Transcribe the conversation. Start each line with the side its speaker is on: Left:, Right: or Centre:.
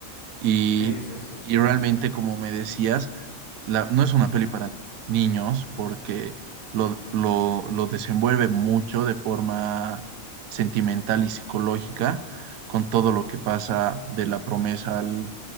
Right: y,
Left: sí, sí, sí.
Right: y realmente, como me decías, la- no es una peli para niños porque lo, lo, lo desenvuelve mucho de forma sentimental y psicológica con todo lo que pasa de la promesa al,